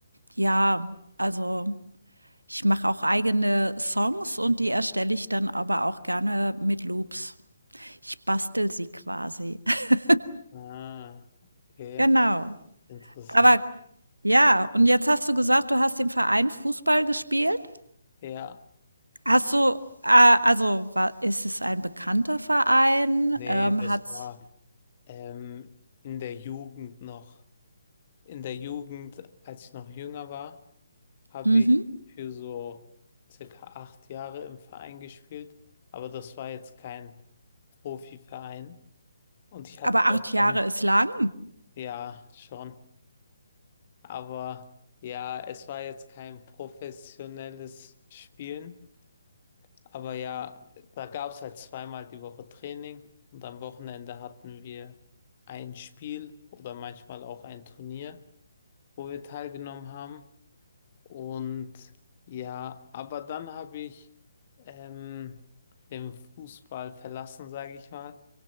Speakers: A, on the right (about 80°); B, on the left (about 35°).
A: ja, also, ich mache auch eigene Songs und die erstelle ich dann aber auch gerne mit Loops. Ich bastel sie quasi. <laughs>
B: Ah, okay.
A: Genau.
B: Interessant.
A: Aber ja, und jetzt hast du gesagt, du hast im Verein Fußball gespielt.
B: Ja,
A: Hast du, äh also, wa ist es ein bekannter Verein?
B: nee,
A: Ähm,
B: das
A: hat's
B: war ähm, in der Jugend noch. In der Jugend, als ich noch jünger war. habe
A: mhm,
B: ich für so circa acht Jahre im Verein gespielt, aber das war jetzt kein Profiverein und ich hatte
A: aber 8
B: auch
A: Jahre
B: kein,
A: ist lang.
B: ja, schon, aber ja, es war jetzt kein professionelles Spielen, aber ja, da gab es halt zweimal die Woche Training und am Wochenende hatten wir ein Spiel oder manchmal auch ein Turnier, wo wir teilgenommen haben. Und ja, aber dann habe ich ähm, den Fußball verlassen, sage ich mal,